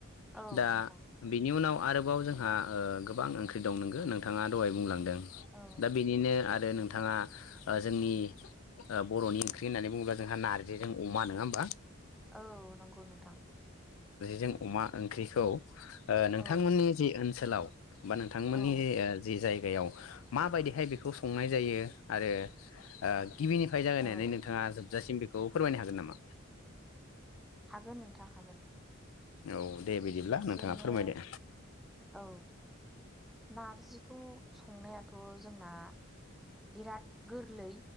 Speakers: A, in the centre; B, on the left (about 75°).
A: औ
B: दा
A: नोंथां
B: बिनि उनाव आरोबाव जोंहा ओ गोबां ओंख्रि दं नोंगो नों थाङा दहाय बुंलांदों
A: औ
B: दा बेनिनो आरो नों थाङा ओ जोंनि ओ बर'नि ओंख्रि होननानै बुङोब्ला जोंहा नार्जि जों अमा नङा होमबा?
A: औ नंगौ नोंथां।
B: जों अमा ओंख्रिखौ ओ नोंथांमोननि
A: औ
B: जि ओनसोलाव बा नोंथांमोननि
A: औ
B: ओ जायगायाव माबायदिहाय बेखौ संनाय जायो आरो ओ गिबिनिफ्राय जागायनानै
A: औ
B: नोंथाङा जोबजासिम बेखौ फोरमायनो हागोन नामा?
A: हागोन नोंथां हागोन।
B: औ दे बिदिब्ला नोंथाङा
A: जोङो
B: फोरमायदो।
A: औ नारजिखौ संनायाथ' जोंना बिराद गोरलै